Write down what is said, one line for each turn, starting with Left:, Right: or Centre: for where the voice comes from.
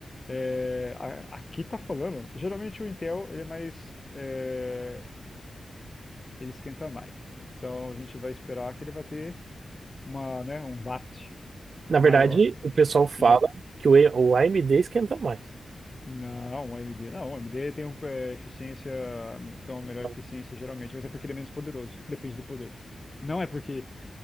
Left: É, a- aqui tá falando. Geralmente o Intel ele é mais, é, ele esquenta mais. Então a gente vai esperar que ele vai ter uma, né, um watt
Right: Na
Left: maior
Right: verdade, o pessoal fala
Left: e uma
Right: que o, E- o AMD esquenta mais.
Left: Não, o AMD. Não, o AMD tem um, é, eficiência, tem uma melhor
Right: Então,
Left: eficiência geralmente, mas é porque ele é menos poderoso. Depende do poder. Não é porque.